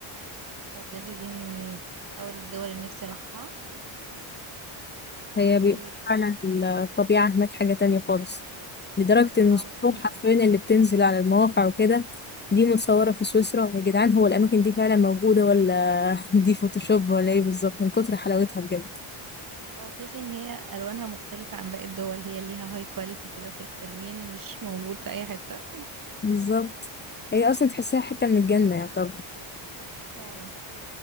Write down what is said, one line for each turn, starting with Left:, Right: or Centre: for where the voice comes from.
Right: فبجد دي من أول الدول اللي نفسي أروحها
Left: هي
Right: و
Left: بي... فعلا الطبيعة هناك حاجة تانية خالص لدرجة إن
Right: اه
Left: الصور
Right: مختلفة
Left: حرفيا اللي بتنزل على المواقع وكده دي متصورة في سويسرا يا جدعان هو الأماكن دي فعلا موجودة ولا <laughs> دي فوتوشوب ولا إيه بالظبط من كتر حلاوتها بجد
Right: اه تحسي إن هي ألوانها مختلفة عن باقي الدول هي ليها هاي كواليتي كده في التلوين مش موجود في أي حتة
Left: بالظبط هي أصلا تحسيها حتة من الجنة يعتبر
Right: فعلا